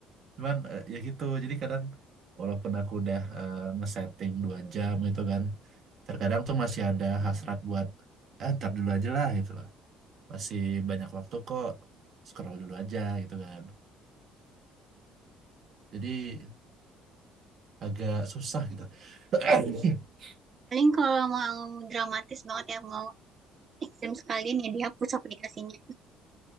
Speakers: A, on the right (about 50°); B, on the right (about 35°).
A: cuman eh, ya gitu. Jadi kadang walaupun aku udah eh, ngesetting dua jam gitu kan, terkadang tuh masih ada hasrat buat ah, ntar dulu aja lah gitu. masih banyak waktu kok scroll dulu aja gitu kan jadi agak susah gitu <clears throat>
B: paling kalau mau dramatis banget ya mau ekstrim sekalian ya dihapus aplikasinya